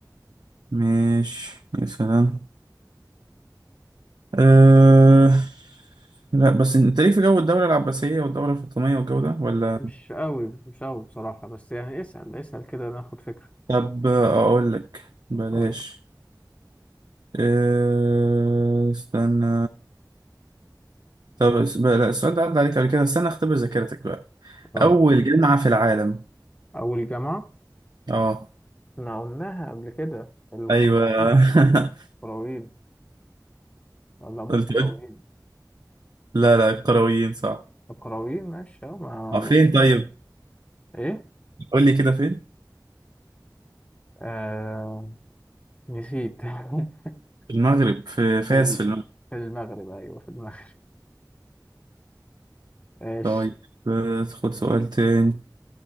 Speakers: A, on the right (about 65°); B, on the left (about 20°).
A: ماشي يا سلام أه... لا بس انت ليك في جو الدولة العباسية والدولة الفاطمية والجو ده ولا
B: مش قوي مش قوي بصراحة بس يعني اسأل اسأل كده ناخد فكرة
A: طب اقول لك بلاش
B: اول
A: أه... استنى طب اس- بقى- لا السؤال ده عدى عليك قبل كده استنى اختبر ذاكرتك بقى
B: اه
A: أول جامعة في العالم
B: اول جامعة
A: اه
B: احنا قلناها قبل كده القرويين
A: أيوه <laughs>
B: قرويين ولا ام
A: قلت
B: القرويين
A: قلت- لا لا القرويين صح
B: القرويين ماشي اه ما
A: اه فين طيب
B: ايه
A: قول لي كده فين
B: آه... نسيت <laughs>
A: في المغرب في فاس
B: في ال...
A: في المغرب
B: في المغرب ايوه في المغرب <laughs> ماشي
A: طيب آه، خد سؤال تاني